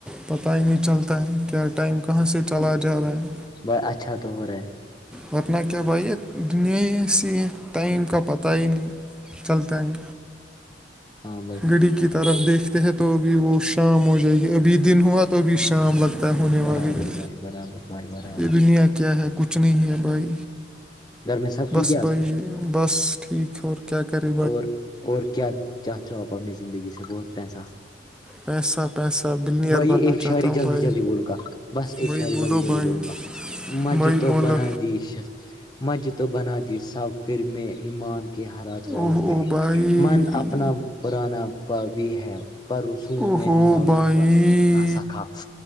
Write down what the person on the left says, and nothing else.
بھائی اچھا تو ہو رہا ہے
ہاں
برابر
بھائی برابر بھائی برابر
گھر میں سب ٹھیک
ہے آپ
کے
اور اور کیا چاہتے ہو آپ اپنی زندگی سے بہت پیسہ
بھائی
ایک شہری
جلدی
جلدی بولوں گا بس ایک
شاہری
جلدی جلدی
بولوں گا مج
تو
بنا دیشت مج تو بنا دی سب پھر میں ایمان کی ہرا والوں
نے
من اپنا پرانا بھی ہے پر رسوم
میں نمازوں
بن نہ سکا